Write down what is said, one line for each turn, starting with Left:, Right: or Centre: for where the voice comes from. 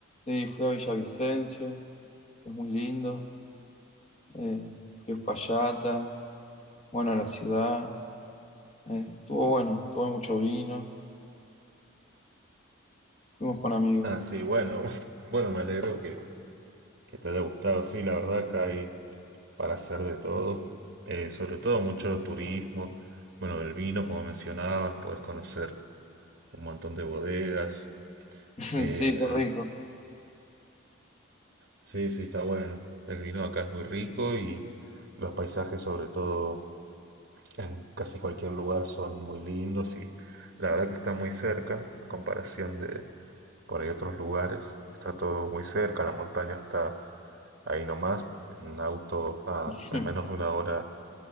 Left: Sí, fui a Villavicencio, que es muy lindo. eh, fui a Uspallata, bueno, a la ciudad. eh, estuvo bueno, tomé mucho vino, fuimos con amigos.
Right: Ah, sí, bueno. <laughs> Bueno, me alegro que, que te haya gustado. Sí, la verdad que hay para hacer de todo. Eh, sobre todo mucho turismo. Bueno, del vino, como mencionabas, podés conocer un montón de bodegas.
Left: <laughs>
Right: Eh,
Left: Sí, qué rico.
Right: Sí, sí, está bueno. El vino acá es muy rico y los paisajes, sobre todo en casi cualquier lugar, son muy lindos y la verdad que está muy cerca a comparación de por ahí otros lugares. Está todo muy cerca, la montaña está ahí nomás, en auto, nada,
Left: <laughs>
Right: en menos de una hora